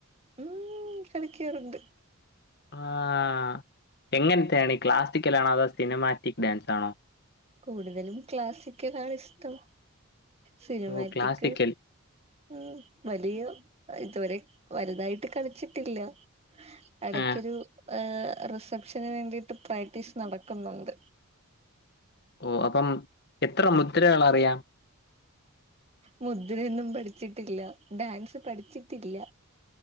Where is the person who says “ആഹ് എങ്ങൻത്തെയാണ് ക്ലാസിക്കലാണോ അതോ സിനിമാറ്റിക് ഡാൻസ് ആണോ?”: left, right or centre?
Left